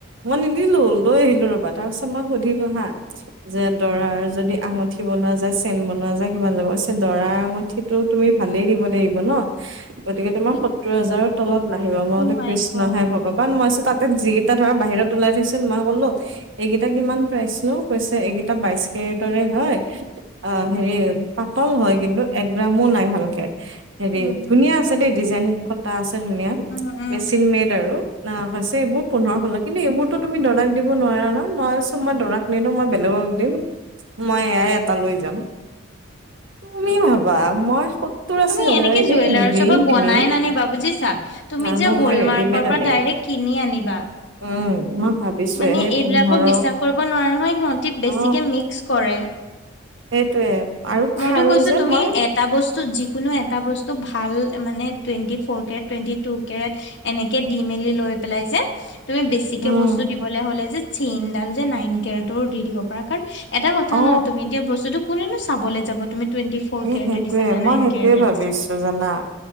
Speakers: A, on the right; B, on the left.
A: মই নিদিলো লৈ আহিলো ৰবা তাৰপিছত মই সুধিলো হা- যে দৰাৰ যদি আঙঠি বনোৱা যায়, চেন বনোৱা যায়- কিমান যাব কৈছে দৰা আঙুঠিটো তুমি- ভালেই দিব লাগিব ন গতিকে তোমাৰ সত্তৰ হাজাৰৰ তলত- নাহিব মই বোলো
B: উ মাই
A: কৃষ্ণ
B: গড
A: হে ভগৱান মই তাতে যিকেইটা ধৰা বাহিৰত ওলাই থৈছিল মই কলো- এইকেইটা কিমান প্ৰাইছনো? কৈছে এইকেইটা বাইশ কেৰেটৰে হয়। অ হেৰি- পাতল হয় কিন্তু একগ্ৰামো নাই ভালকে হেৰি
B: উম
A: ধুনীয়া আছে দেই ডিজাইন। কটা আছে ধুনীয়া
B: উম উম
A: মেচিন মেড আৰু। নাবাছে
B: উম।
A: এইবোৰ পোন্ধৰ ষোল্ল কিন্তু এইবোৰতো তুমি দৰাক দিব নোৱাৰা ন। মই চ মই দৰাক- নিদো মই বেলেগক দিম মই এয়াই এটা লৈ যাম। তুমি ভাবা মই- সত্তৰ আশী
B: তুমি
A: হাজাৰতে
B: এনেকে জুৱেলাৰছৰ
A: ৰিং
B: পৰা
A: কিনিম
B: বনাই নানিবা বুজিছা। তুমি
A: নানো
B: যে হলমাৰ্কৰ
A: মই ৰেডিমেড
B: পৰা
A: আনিম
B: ডাইৰেক্ট কিনি আনিবা।
A: উম। ভাবিছোৱে
B: মানে
A: সেই
B: এইবিলাকক
A: পোন্ধৰ
B: বিশ্বাস কৰিব নোৱাৰা নহয়, সিহঁতি বেছিকে
A: অ
B: মিক্স কৰে।
A: সেইটোয়ে আৰু
B: মইতো
A: খাৰো
B: কৈছো
A: যে
B: তুমি
A: মই-
B: এটা বস্তু যিকোনো এটা বস্তু ভাল মানে twenty four carat twenty two carat. এনেকে দি মেলি লৈ পেলাই যে। তুমি বেছিকে
A: উম
B: বস্তু দিবলৈ হলে যে চেইন ডাল যে নাইন কেটৰ দি দিব পাৰা। কাৰণ- এটা কথা
A: অ
B: ন তুমি দিয়া বস্তুটো কোনেনো চাবলৈ যাব। তুমি- টুৱেণ্টি ফৰ
A: এই
B: কেৰেটে
A: সেইটোয়ে
B: দিছা নে
A: মই
B: নাইন
A: সেইটোয়ে
B: কেৰেটে
A: ভাবিছো
B: দিছা।
A: জানা